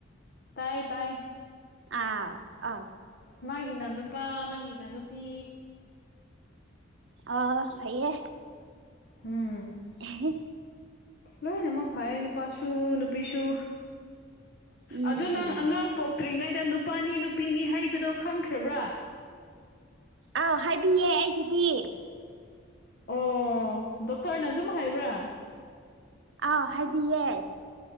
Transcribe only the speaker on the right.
ꯑꯥ ꯑ
ꯑ ꯐꯩꯌꯦ
ꯑꯦꯍꯦ
ꯎꯝ
ꯎꯝ
ꯑꯥꯎ ꯍꯥꯏꯕꯤꯌꯦ ꯑꯩꯒꯤꯗꯤ
ꯑꯥꯎ ꯍꯥꯏꯕꯤꯌꯦ